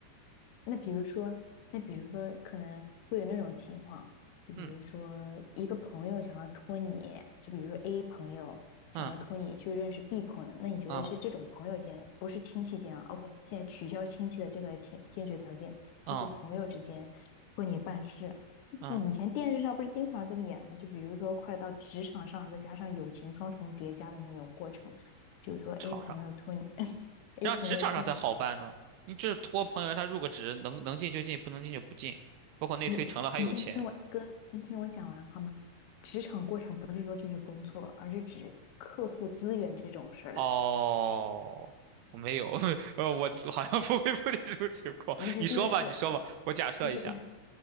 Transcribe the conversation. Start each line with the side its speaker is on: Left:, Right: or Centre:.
Left: 那比如说，那比如说，可能会有那种情况，就比如说一个朋友想要托你，
Right: 嗯
Left: 就比如说 A 朋友想要托你去认识
Right: 嗯
Left: B 朋友，那你觉得是这种朋友间，
Right: 嗯
Left: 不是亲戚间啊？OK，现在取消亲戚的这个前 t 决条件，就是朋友之间为你办事。
Right: 嗯嗯，
Left: 以前电视上不是经常这么演吗？就比如说快到职场上，再加上友情双重叠加的那种过程，就是说 A
Right: 场上，
Left: 朋友托你 <laughs>，A
Right: 这样职场上才好办呢。
Left: 朋友托你。
Right: 你就是托朋友让他入个职，能能进就进，不能进就不进。包括内推成了还有钱。
Left: 你你先听我哥，先听我讲完好吗？职场过程不是说就是工作，而是指客户资源这种事儿。
Right: 哦，我没有，<laughs> 呃，我好像不会碰见这种情况。
Left: 你是电视，
Right: 你说吧，你说吧，我假设一下，
Left: 就是